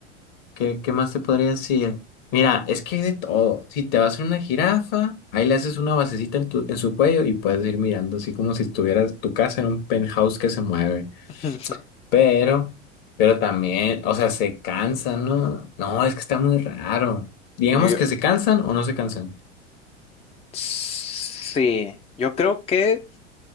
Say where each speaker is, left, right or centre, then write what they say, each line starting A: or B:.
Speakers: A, on the left; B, on the left.
A: ¿Qué, qué más te podría decir? Mira, es que hay de todo. Si te vas a una jirafa, ahí le haces una basecita en tu, en su cuello y puedes ir mirando, así como si estuvieras tu casa en un penthouse que se mueve.
B: <laughs>
A: Pero, pero también, o sea, se cansan, ¿no? No, es que está muy raro. Digamos
B: Yo,
A: que se cansan o no se cansan.
B: sí, yo creo que